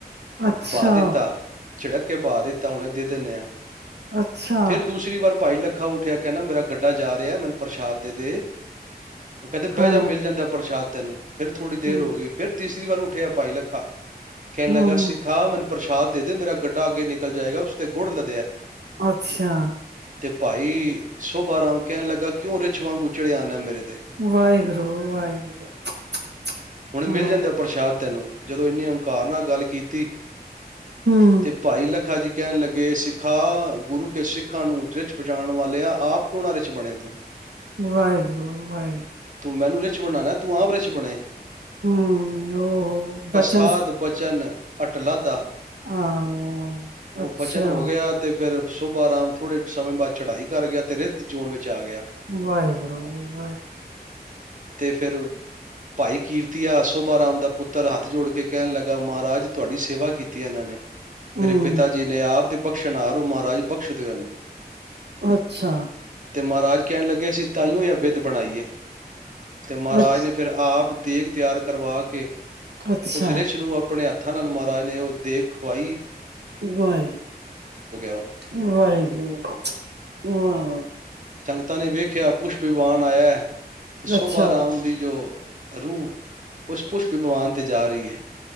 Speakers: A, on the right; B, on the right.
A: ਅੱਛਾ
B: ਬਾਹ ਦਿੱਤਾ ਚਿੱੜਕ ਕੇ ਬਾਹ ਦਿੱ ਤਾਂ ਹੁਣੇ ਦੇ ਦਿੰਦੇ ਹਾਂ।
A: ਅੱਛਾ
B: ਫਿਰ ਦੂਸਰੀ ਵਾਰ ਭਾਈ ਲੱ ਅੱਖਾ ਉੱਠਿਆ ਕਹਿੰਦਾ ਮੇਰਾ ਗੱਡਾ ਜਾ ਰਿਹਾ ਮੈਨੂੰ ਪ੍ਰਸ਼ਾਦ ਦੇ ਦੇ। ਉਹ ਕਹਿੰਦੇ ਬਹਿ
A: ਹਾਂ
B: ਜਾ ਮਿਲ ਜਾਂਦਾ ਪ੍ਰਸ਼ਾਦ ਤੈਨੂੰ ਫਿਰ ਥੋੜੀ ਦੇਰ
A: ਹਮ
B: ਹੋ ਗਈ ਫਿਰ ਤੀਸਰੀ ਤ ਵਾਰ ਉੱਠਿਆ ਭਾਈ ਲੱਖਾ ਕਹਿਣ
A: ਹਮ
B: ਲੱਗਾ ਸਿਖਾ ਮੈਨੂੰ ਪ੍ਰਸ਼ਾਦ ਦੇ ਮੇਰਾ ਗੱਡਾ ਅੱਗੇ ਨਿਕਲ ਜਾਏਗਾ ਉਸ ਤੇ ਗੁੜ ਲਦਿਆ।
A: ਅੱਛਾ
B: ਤੇ ਭਾਈ ਸੋਭਾਰਾਮ ਕਹਿਣ ਲੱਗਾ ਕਿਉਂ ਰਿੱਛ ਵਾਂਗ ਚੜਿਆ ਆਣਾ ਮੇਰੇ ਤੇ
A: ਵਾਹਿਗੁਰੂ ਵਾਹਿਗੁਰੂ <inaudible>
B: ਹੁਣ ਮਿਲ
A: ਵਾ
B: ਜਾਂਦਾ ਪ੍ਰਸ਼ਾਦ ਤੈਨੂੰ ਜਦੋਂ ਇੰਨੀ ਅੰਕਾਰ ਨਾਲ ਗੱਲ ਕੀਤੀ
A: ਹਮ
B: ਤੇ ਭਾਈ ਲੱਖਾ ਜੀ। ਕਹਿਣ ਲੱਗੇ ਸਿੱਖਾਂ ਗੁਰੂ ਕੇ ਸਿੱਖਾਂ ਨੂੰ ਰਿੱਛ ਬਚਾਉਣ ਵਾਲੇ ਆ ਆਪ ਕਿਉਂ ਨਾ ਰਿਛ ਬਣੇ ਤੂੰ
A: ਵਾਹਿਗੁਰੂ ਵਾਹਿਗੁਰੂ
B: ਤੂੰ ਮੈਨੂੰ ਰਿਛ ਬਣਾਣਾ ਤੂੰ ਆਪ ਰਿਛ ਬਣੇ।
A: ਹੂੰ ਉਹ ਬੱਚ
B: ਥਾਦ ਬਚਨ ਅਟਲਾ ਦਾ
A: ਆਾਂ
B: ਉਹ
A: ਅੱਛਾ
B: ਬਚਨ ਹੋ ਗਿਆ ਤੇ ਫਿਰ ਸੁਭਾ ਆਰਾਮ ਥੋੜੇ ਸਮੇਂ ਬਾਅਦ ਚੜਾਈ ਕਰ ਗਿਆ ਤੇ ਰੇਤ ਜੂਨ ਵਿੱਚ ਆ ਗਿਆ
A: ਵਾਹਿਗੁਰ ਵਾ
B: ਤੇ ਫਿਰ ਭਾਈ ਕੀਰਤੀਆ ਸੋਭਾ ਰਾਮ ਦਾ ਪੁੱਤਰ ਹੱਥ ਜੋੜ ਕੇ ਕਹਿਣ ਲੱਗਾ ਮਹਾਰਾਜ ਤੁਹਾਡੀ ਸੇਵਾ ਕੀਤੀ ਹੈ ਇਹਨਾਂ ਨੇ ਮੇਰੇ
A: ਹੂੰ
B: ਪਿਤਾ ਜੀ ਨੇ ਆਪ ਤੇ ਬਖਸ਼ਣ ਆਾਰੋ ਮਹਾਰਾਜ ਬਖਸ਼ ਦਿ ਇਹਨੂੰ
A: ਅੱਛਾ
B: ਤੇ ਮਹਾਰਾਜ ਕਹਿਣ ਲੱਗਿਆ ਸੀ ਤਾਈਓ ਜਾਂ ਬਿੱਧ ਬਣਾਈਏ ਤੇ ਮਹਾਰਾਜ
A: ਅੱਛ
B: ਨੇ ਫਿਰ ਆਪ ਤੇਗ ਤਿਆਰ ਕਰਵਾ ਕੇ
A: ਅੱਛਾ
B: ਉਸ ਰਿਸ਼ ਨੂੰ ਆਪਣੇ ਹੱ ੱਥਾਂ ਨਾਲ ਮਹਾਰਾਜ ਨੇ ਉਹ ਦੇਖਵਾਈ
A: <unintelligible>
B: ਉਹ ਤਾ ਨੇ ਵੇਖਿਆ ਪੁਛ ਬਿਵਾਨ ਆਇਆ ਤੇ ਸੋਭਾ
A: ਅੱਛਾ
B: ਰਾਮ ਦੀ ਜੋ ਰੂਹ ਉਸ ਪੁਸ਼ਪ ਵਿਗਵਾਨ ਤੇ ਜਾਰੀ ਹੈ